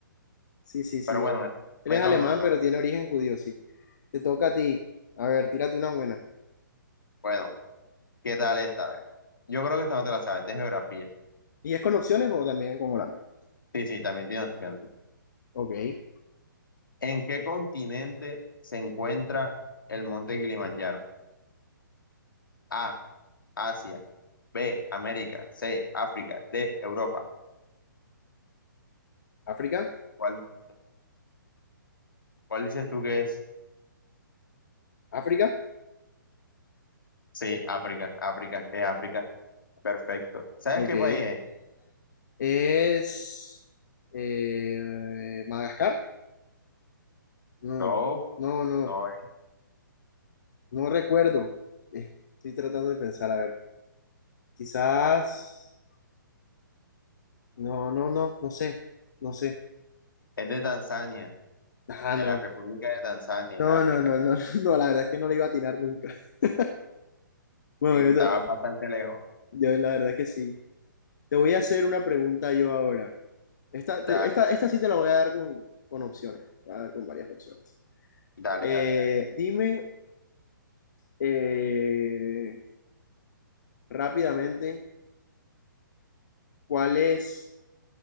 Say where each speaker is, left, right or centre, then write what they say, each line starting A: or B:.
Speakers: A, on the left (about 60°); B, on the left (about 75°).
A: Sí, sí, sí.
B: Pero bueno, me,
A: Él
B: me
A: es
B: toca,
A: alemán,
B: me toca.
A: pero tiene origen judío, sí. Te toca a ti. A ver, tírate una buena.
B: Bueno, ¿qué tal esta vez? Yo creo que esta no te la sabes, es de geografía.
A: ¿Y es con opciones o también como la mía?
B: Sí, sí, también tiene opciones.
A: Ok.
B: ¿En qué continente se encuentra el monte Kilimanjaro? A, Asia. B, América. C, África. D, Europa.
A: África.
B: ¿Cuál dices tú? ¿Cuál dices tú que es?
A: África.
B: Sí, África, África, es África. Perfecto. ¿Sabes
A: Ok.
B: qué país es?
A: ¿Es eh, Madagascar? No,
B: No,
A: no, no.
B: no,
A: No recuerdo. Eh, Estoy tratando de pensar. A ver. Quizás. No, no, no. No sé. No sé.
B: es de Tanzania,
A: Ah,
B: de
A: no.
B: la República de Tanzania,
A: No,
B: en África.
A: no, no, no, <laughs> no, la verdad es que no le iba a atinar nunca. <laughs> Bueno,
B: Sí,
A: yo,
B: estaba
A: te-
B: bastante lejos.
A: yo la verdad es que sí. Te voy a hacer una pregunta yo ahora. Esta, te-
B: Dale,
A: esta, esta sí te la voy a dar con, con opciones, te voy a dar con varias opciones.
B: dale,
A: Eh,
B: dale, dale. dale.
A: dime eh, rápidamente cuál es